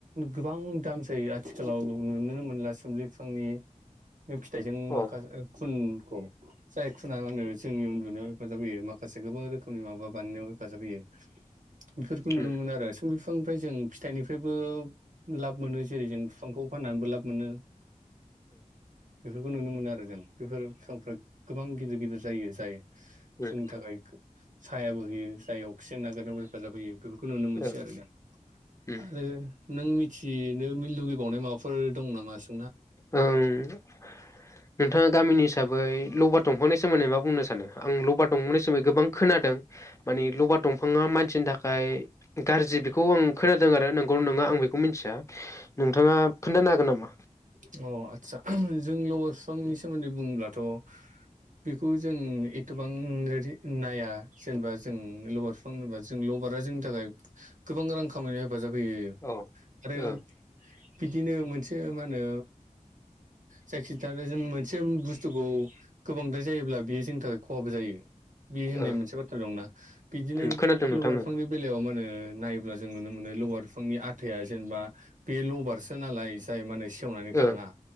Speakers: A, on the right; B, on the left.
A: गोबां दाम जायो आ थिखालाव नुनोनो मोनला सुमलि बिफांनि फिथाइजों माखास
B: औ अ औ
A: ओ खुनखौ जाय खुना मा होनो जोंनि उन्दुनायाव हेफाजाब होयो माखासे से गोबां रोखोमनि माबा बानायनायाव हेफाजाब होयो बेफोरखौ नुनो
B: उम ओ
A: मोनो आरो। सुम बिफांनिफ्राय जों फिथाइनिफ्रायबो लाब मोनो जेरै जों बिफांखौ फाननानैबो लाब मोनो बेफोरखौ नुनो मोनो आरो। जों बेफोर बिफांफ्रा गोबां गिदिर गिदिर जायो जाय
B: उम
A: जोंनि थाखाय सायाबो होयो जाय अक्सिजेन नागारनायावबो हेफाजाब होयो बेफोरखौ नुनो मोनस
B: ओ
A: गोन
B: उम
A: आरो नों मिथिनो मि लुगैबावनाय माबाफोर दं नामा सो
B: ओं नोंथाङा गामिनि हिसाबै लबार दंफांनि सोमोन्दै मा बुंनो सानो आं लबार दंफांनि सोमोनदै गोबां खोनादों माने लबार दंफाङा मानसिनि थाखाय गाज्रि बेखौ आं खोनादों आरो नंगौ नङा आं बेखौ मिथिया नोंथाङा खोन्थानो हागोन नामा
A: अ आदसा जों लब' बिफांनि सोमोन्दै बुङोब्लाथ' बेखौ जों एथबां नाया जेनेबा जों लबार बिफां होनबा जों ल बारा जोंनि थाखाय गोबां रां खामाययाव हेफाजाब होयो
B: औ
A: आरो
B: ओ
A: बिदिनो मोनसे मा होनो जायखिथाया जों मोनसे बुस्थुखौ गोबांद्राय जायोब्ला बियो जोंनि थाखाय खहाबो जायो। बि होननाय
B: ओ
A: मोनसे बाथ्रा दंना बिदिनोल
B: उम खोनादों
A: बि
B: नोंथां
A: बिफांनि
B: ओ
A: बेलायाव मा होनो नायोबब्ला जों नुनो मोनो लवार बिफांनि आथा जेनेबा बे लबारसो नालाय जाय माने सेवनानै
B: ओ
A: थाङा